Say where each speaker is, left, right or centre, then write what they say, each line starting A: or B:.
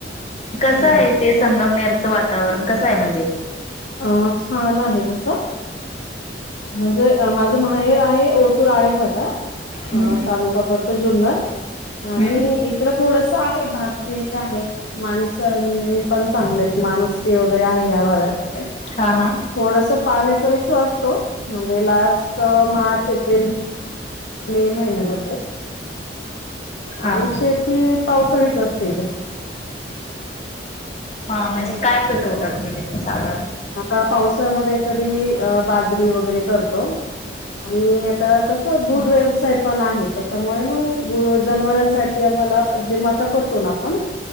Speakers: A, on the left (about 35°); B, on the left (about 80°).
A: कसं
B: हम्म
A: आहे ते संगमनेरचं वातावरण कसं आहे म्हणजे
B: अ छान आहे तस म्हणजे माझं माहेर आहे ओतूर आळेफाट
A: हम्म
B: तालुका पडतो जुन्नर
A: हम्म
B: आणि इकड थोडस आहे भाग चेंज आहे. माणस हि पण चांगले आहेत माणुसकी वगैरे आहे या भागात
A: हां हां
B: थोडंसं पाण्याचा इशू असतो म्हणजे जास्त मार्च, एप्रिल मे महिन्या मध्ये
A: हा
B: आणि शेती पावसाळीच असते.
A: हां म्हणजे काय पिकवतात तुम्ही शेतात?
B: आता पावसाळ्यामध्ये कधी बाजरी वगैरे करतो, आणि आता दूध
A: हा
B: व्यवसाय पण आहेत त्याच्यामुळे मग गुर, जनावरांसाठी आम्हांला जे मका करतो ना आपण